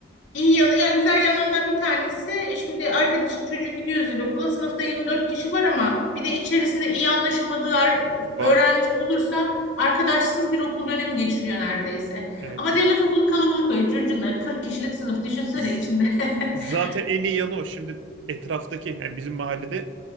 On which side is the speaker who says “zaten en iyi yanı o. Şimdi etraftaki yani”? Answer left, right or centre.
Right